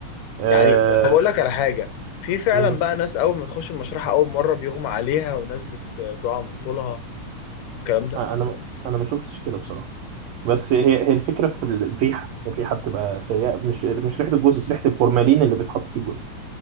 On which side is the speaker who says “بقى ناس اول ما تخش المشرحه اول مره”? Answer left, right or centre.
Left